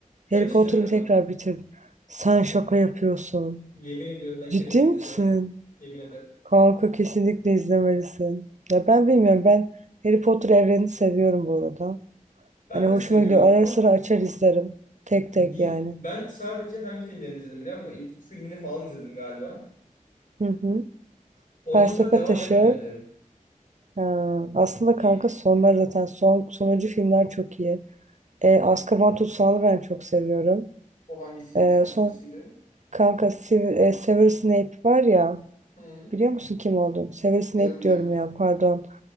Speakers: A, on the left; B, on the right.
A: Ben
B: Harry
A: hiç
B: Potter'ı
A: izlemedim
B: bir tekrar
A: ha.
B: bitirdim. Sen şaka yapıyorsun.
A: Yemin ediyorum ben Cherry
B: Ciddi
A: Potter
B: misin?
A: izlemedim. Yemin ederim.
B: Kanka kesinlikle izlemelisin. Ya ben bilmiyorum ben Harry Potter evrenini seviyorum bu arada.
A: Ben
B: Hani hoşuma
A: de seviyorum
B: gidiyor. Ara
A: ama
B: sıra açar izlerim. Tek
A: ni
B: tek yani.
A: ben sadece hangi filmlerini izledim biliyor musun? İlk üç filmini falan izledim galiba.
B: Hı hı.
A: Ondan
B: Felsefe
A: sonra devam
B: Taşı
A: etmedim.
B: Ha, aslında kanka
A: Bir-
B: sonlar zaten son, sonuncu filmler çok iyi. E, Azkaban Tutsağı'nı ben çok seviyorum.
A: O hangisiydi?
B: E,
A: Kaçıncısıydı?
B: son kanka Siv- e, Severus Snape var ya
A: Hı.
B: biliyor musun kim olduğunu? Severus
A: Biliyorum
B: Snape
A: biliyorum.
B: diyorum ya pardon.